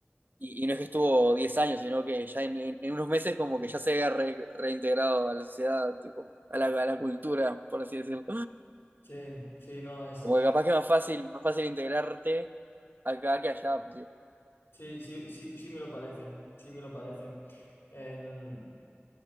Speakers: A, on the right; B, on the left.
A: y, y no es que estuvo 10 años, sino que ya en, en- en unos meses como que ya se había re- reintegrado a la sociedad, tipo, a la, a la cultura, por así decirlo.
B: sí, sí, no, es.
A: Como que capaz que es más fácil, más fácil integrarte acá que allá,
B: Sí, sí, sí, sí me lo parece. Sí me lo parece. Em,